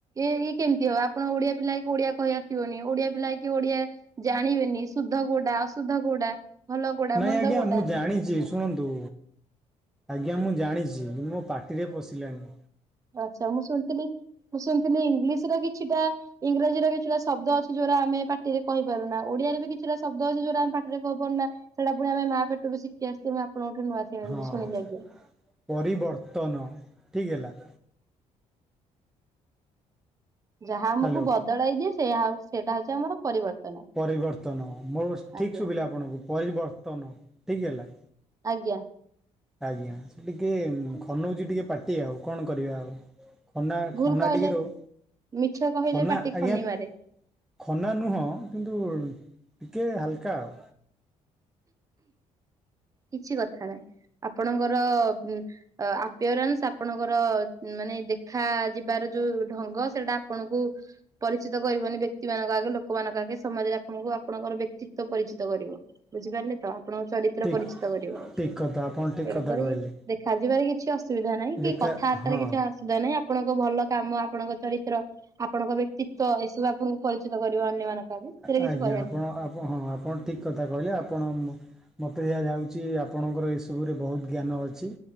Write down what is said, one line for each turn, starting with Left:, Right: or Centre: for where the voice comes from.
Right: ଏଇ ଇଏ କେମିତି ହବ ଆପଣ ଓଡିଆ ପିଲା ହେଇକି ଓଡିଆ କହିଆସିବନି ଓଡିଆ ପିଲା ହେକି କି ଓଡିଆ ଜାଣିବେନି ଶୁଦ୍ଧ କୋଉଟା ଅଶୁଦ୍ଧ କୋଉଟା ଭଲ କୋଉଟା
Centre: ନାଇଁ
Right: ମନ୍ଦ
Centre: ଆଜ୍ଞା
Right: କୋଉଟା
Centre: ମୁଁ ଜାଣିଚି। ଶୁଣନ୍ତୁ ଆଜ୍ଞା ମୁଁ ଜାଣିଛି ମୋ ପାଟିରେ ପଶିଲାନି।
Right: ଆଚ୍ଛା ମୁଁ ଶୁଣିଥିଲି ମୁଁ ଶୁଣିଥିଲି ଇଂଲିଶର କିଛିଟା ଇଂରାଜୀରେ କିଛିଟା ଶବ୍ଦ ଅଛି ଯୋଉଗୁରା ଆମେ ପାଟିରେ କହିପାରୁନା ଓଡିଆରେ ବି କିଛିଟା ଶବ୍ଦ ଅଛି ଯୋଉଗୁରା ଆମେ ପାଟିରେ କହିପାରୁନା। ସେଟା ଫୁଣି ଆମେ ମା ପେଟରୁ ଶିଖିକି ଆସିଥିବୁ ଆପଣଙ୍କ ଠୁ ନୂଆ
Centre: ହଁ
Right: ଶୁଣିଲି ଆଜ୍ଞା।
Centre: ପରିବର୍ତ୍ତନ ଠିକ୍ ହେଲା।
Right: ଯାହା ଆମକୁ
Centre: ହ୍ୟାଲୋ
Right: ବଦଳାଇ ଦିଏ ସେୟା ସେଇଟା ହଉଛି ଆମର ପରିବର୍ତ୍ତନ।
Centre: ପରିବର୍ତ୍ତନ ମୋର ଠିକ୍
Right: ଆଜ୍ଞା
Centre: ଶୁବିଲା ଆପଣଙ୍କୁ ପରିବର୍ତ୍ତନ ଠିକ୍ ହେଲା।
Right: ଆଜ୍ଞା।
Centre: ଆଜ୍ଞା। ସେ ଟିକେ ଖନଉଛି ଟିକେ ପାଟି ଆଉ କଣ କରିବା ଆଉ। ଖନା
Right: ଭୁଲ
Centre: ଖନା
Right: କହିଲେ
Centre: ଟିକେ ରହୁ
Right: ମିଛ କହିଲେ
Centre: ଖନା
Right: ପାଟି ଖନି
Centre: ଆଜ୍ଞା।
Right: ମାରେ
Centre: ଖନା ନୁହଁ କିନ୍ତୁ ଟିକେ ହାଲକା ଆଉ
Right: କିଛି କଥା ନହିଁ ଆପଣଙ୍କର ଉମ୍ ଆ ଆପିୟରାନ୍ସ ଆପଣଙ୍କର ମାନେ ଦେଖାଯିବାର ଯୋଉ ଢଙ୍ଗ ସେଇଟା ଆପଣଙ୍କୁ ପରିଚିତ କରିବନି ବ୍ୟକ୍ତି ମାନଙ୍କ ଆଗେ, ଲୋକମାନଙ୍କ ଆଗେ, ସମାଜରେ ଆପଣଙ୍କୁ ଆପଣଙ୍କର ବ୍ୟକ୍ତିତ୍ୱ ପରିଚିତ କରିବ। ବୁଝିପାରିଲେ ତ ଆପଣଙ୍କ ଚରିତ୍ର
Centre: ଠିକ୍
Right: ପରିଚି କରିବ
Centre: ଠିକ୍ କଥା ଆପଣ ଠିକ୍
Right: ତେଣୁକରି
Centre: କଥା କହିଲେ।
Right: ଦେଖାଯିବାରେ କିଛି ଅସୁବିଧା ନାହିଁ
Centre: ଦେଖା
Right: କି କଥାବାର୍ତ୍ତାରେ
Centre: ହଁ
Right: କିଛି ଅସୁବିଧା ନାଇଁ ଆପଣଙ୍କ ଭଲ କାମ ଆପଣଙ୍କ ଚରିତ୍ର। ଆପଣଙ୍କ ବ୍ୟକ୍ତିତ୍ଵ ଏସବୁ ଆପଣଙ୍କୁ ପରିଚିତ କରିବ ଅନ୍ୟମାନଙ୍କ ଆଗେ ସେଥିରେ
Centre: ଆଜ୍ଞା
Right: କିଛି କହିବାର
Centre: ଆପଣ ହଁ ଆପଣ ଠିକ୍ କଥା କହିଲେ ଆପଣ ମୋ ମୋତେ ଯାହାଯାଉଛି ଆପଣଙ୍କର ଏସବୁରେ ବହୁତ ଜ୍ଞାନ ଅଛି।